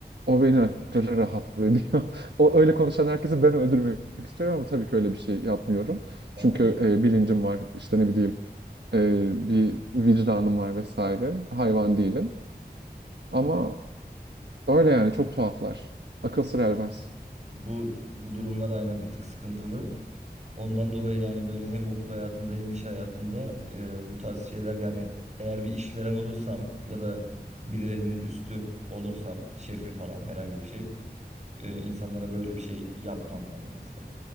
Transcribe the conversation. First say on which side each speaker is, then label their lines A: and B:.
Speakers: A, on the right; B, on the right.
A: O beni aşırı rahatsız ediyor. <laughs> O öyle konuşan herkesi ben öldürmek istiyorum ama tabii ki öyle bir şey yapmıyorum.
B: Aynen.
A: Çünkü e, bilincim var işte ne bileyim e, bir vicdanım var vesaire hayvan değilim ama öyle yani çok tuhaflar akıl sır ermez.
B: Bu bu durumlar aynen bir tık sıkıntılı. Ondan dolayı yani böyle hem okul hayatında hem iş hayatında e, bu tarz şeyler yani eğer bir işveren olursam ya da birilerinin üstü olursam şefi falan herhangi bir şey e, insanlara böyle bir şey yapmam yani asla.